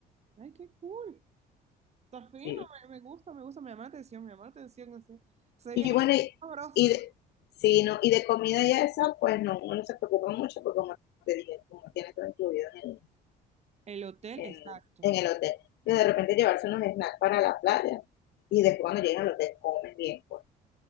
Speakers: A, on the right; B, on the left.
A: Ay, qué cool. Está fino,
B: Sí.
A: me, me gusta, me gusta, me llama la atención, me llama la atención ese, ese
B: Y
A: viaje
B: bueno, y,
A: sabroso.
B: y de, sí, no, y de comida y eso, pues no, uno se preocupa mucho porque como te dije, uno tiene todo incluido en el,
A: El hotel,
B: en,
A: exacto.
B: en el hotel. Pero de repente llevarse unos snacks para la playa y después cuando llegan al hotel comen bien. Pues.